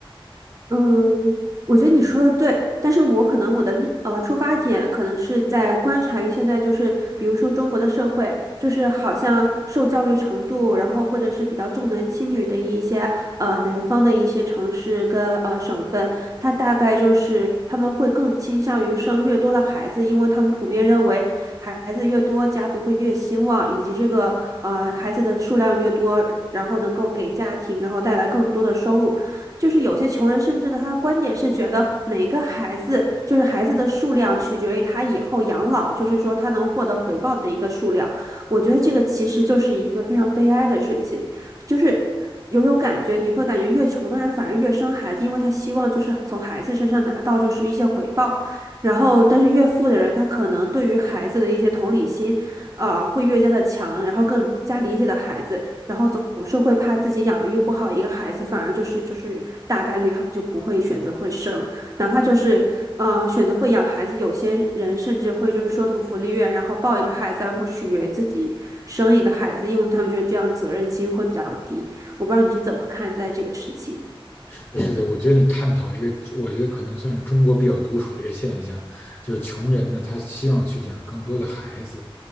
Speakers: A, on the right; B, on the left.
A: 嗯，我觉得你说的对，但是我可能我的立呃出发点可能是在观察于现在就是，比如说中国的社会，就是好像受教育程度，然后或者是比较重男轻女的一些呃南方的一些城市跟呃省份，它大概就是他们会更倾向于生越多的孩子，因为他们普遍认为孩子越多，家族会越兴旺，以及这个呃孩子的数量越多，然后能够给家庭然后带来更多的收入。就是有些穷人甚至的他的观点是觉得每个孩子就是孩子的数量取决于他以后养老，就是说他能获得回报的一个数量。我觉得这个其实就是一个非常悲哀的事情，就是有种感觉，你会感觉越穷的人反而越生孩子，因为他希望就是从孩子身上拿到就是一些回报。然后，但是越富的人，他可能对于孩子的一些同理心，啊、会越加的强，然后更加理解的孩子。然后总是会怕自己养育不好一个孩子，反而就是就是大概率他们就不会选择会生，哪怕就是呃选择会养孩子，有些人甚至会就是说从福利院然后抱一个孩子，而不取决于自己生一个孩子，因为他们觉得这样责任心会比较低。我不知道你是怎么看待这个事情。
B: 是的，是的我觉得你探讨一个，我觉得可能算是中国比较独属的一个现象，就是穷人呢，他希望去养更多的孩子，